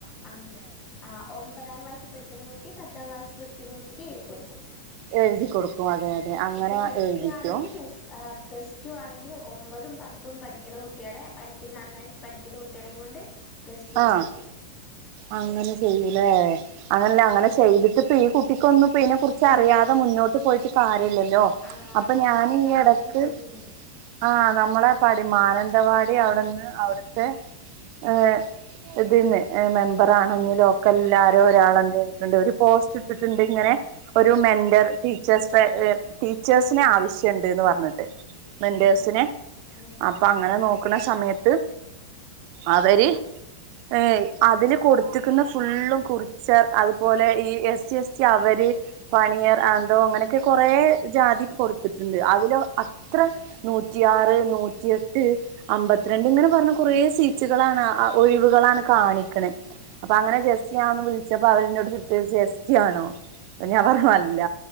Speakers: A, on the left; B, on the right.
A: ആ ആ് ഒമ്പതാം ക്ലാസ്ൽ പഠിക്കുന്ന കുട്ടി പത്താം ക്ലാസ്സിൽ പഠിക്കുന്ന കുട്ടിക്ക് എഴുതി കൊടുക്കും.
B: എഴുതി കൊടുക്കും അതെ അതെ അങ്ങനെ
A: ഇപ്പൊ പ്ലസ്
B: എഴുതിക്കും
A: ടു ആണെങ്കിൽ പ പ്ലസ് ടു ആണെങ്കിലും ഒമ്പതും പത്തും പഠിക്കണ കുട്ടികളെ പഠിക്കുന്ന നന്നായി പഠിക്കുന്ന കുട്ടികളെയും കൊണ്ട് ഓ പ്ലസ്ടു ഴുതിപ്പിക്കും.
B: ആഹ് അങ്ങനെ ചെയ്യലേ അങ്ങനല്ല
A: ആഹ്
B: അങ്ങനെ ചെയ്തിട്ടിപ്പ ഈ കുട്ടിക്കൊന്നും അപ്പെ കുറിച്ച്
A: ഇല്ല
B: അറിയാതെ മുന്നോട്ട് പോയിട്ട് കാ ല്ലോ
A: ആഹ്
B: അപ്പൊ
A: പ്ലസ്
B: ഞാനി
A: ടു കംപ്ലീറ്റ്
B: ഇടക്ക്
A: ആക്കി വരുള്ളൂ
B: ആ നമ്മളെ പടി മാനന്ത ടവാടി അവിടെന്ന് അവിടുത്തെ ഏ ഇത് ന് മെമ്പറണോങ്കിലൊ ക്കല്ലരും ഒരാളെന്നെ ഇരിക്കണ്ടത്. പോസ്റ്റ് ഇട്ടിട്ടുണ്ട് ഇങ്ങനെ ഒരു മെന്റർ ടീച്ചേഴ ടീച്ചേഴ്സിനെ ആവശ്യമുണ്ട് ണ്ട് പറഞ്ഞിട്ട് മെന്റേസി
A: ആഹ്
B: നെ
A: ആഹ്
B: അപ്പൊ അങ്ങനെ നോ ക്കുന്ന സമയത്ത് അവര് ഏ അതില് കൊടുത്തക്കുന്ന ഫുള്ളും കുറിച്ചർ അതുപോലെ ഈ എസ് സി എസ് സി അവ പണിയർ ആന്തോ അങ്ങനെയൊക്കെ കൊറ ജാതി കൊടുത്തിട്ടുണ്ട് അതിൽ അത്ര നൂറ്റിയാറ് നൂറ്റിയെട്ട് അമ്പത്തിരണ്ട് ഇങ്ങനെ പറഞ്ഞ കുറേ സീറ്റുകളാണ് അ ഒഴിവുകളാണ് കാണിക്കണുന്നത് അപ്പൊ അങ്ങനെ ജെസ്സി ആണന്ന് വിളിച്ചപ്പോ അവരോട് കത്ത ജെസ്റ്റി ആണോ അപ്പം ഞാൻ പറഞ്ഞു
A: ആഹ്
B: അല്ല